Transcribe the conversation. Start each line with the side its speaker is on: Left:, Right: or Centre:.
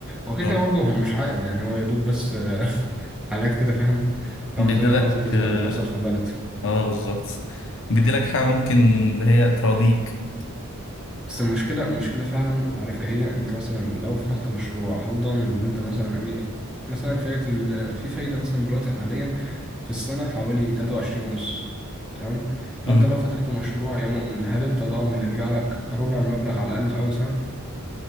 Centre: هو كده
Left: اه
Centre: كده برضه هو مش عائد يعني هو يا دوب بس آه، <laughs> حاجات كده فاهم
Left: بيديلك
Centre: رمزية خالص بالنسبة
Left: اه
Centre: للي بيحصل في البلد
Left: آه، بالظبط بيديلك حاجه ممكن اللي هي تراضيك
Centre: بس المشكلة المشكلة فعلا عارف ايه هي انت مثلا لو فتحت مشروع هل ضامن ان انت مثلا يعني مثلا فايدة ال... في فايدة مثلا دلوقتي حاليا في السنة حوالي 23 ونص تمام فانت
Left: مم.
Centre: لو فتحت مشروع يا مؤمن هل انت ضامن يرجع لك ربع المبلغ على الاقل في اول سنة